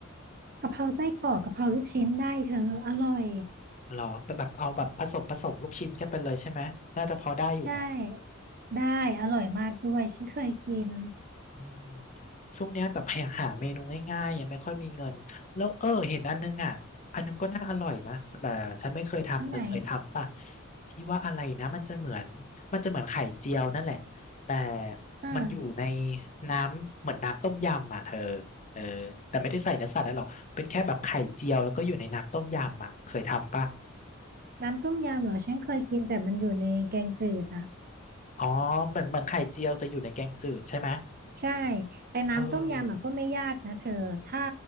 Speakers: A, on the right; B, on the left.
A: กะเพราไส้กรอกกะเพราลูกชิ้นได้เธออร่อย
B: หรอแบบเอาแบบผสมผสมลูกชิ้นกันไปเลยใช่ไหมน่าจะพอได้อยู่เนาะ
A: ใช่ได้อร่อยมากด้วยฉันเคยกิน
B: อืมช่วงเนี้ยแบบหาหาเมนูง่ายๆยังไม่ค่อยมีเงินแล้วเออเห็นอันนึงอ่ะอันนึงก็น่าอร่อยนะแต่ฉันไม่เคยทำเธอเคยทำป่ะ
A: อันไหน
B: ที่ว่าอะไรนะมันจะเหมือนมันจะเหมือนไข่เจียวนั่นแหละแต่
A: อ่า
B: มันอยู่ในน้ำเหมือนน้ำต้มยำอ่ะเธอเออแต่ไม่ได้ใส่เนื้อสัตว์อะไรหรอกเป็นแค่แบบไข่เจียวแล้วก็อยู่ในน้ำต้มยำอ่ะเคยทำป่ะ
A: น้ำต้มยำเหรอฉันเคยกินแต่มันอยู่ในแกงจืดอะ
B: อ๋อเหมือนเหมือนไข่เจียวแต่อยู่ในแกงจืดใช่ไหม
A: ใช่แต่น้ำต้มยำอะก็ไม่ยากนะเธอถ้า
B: เออ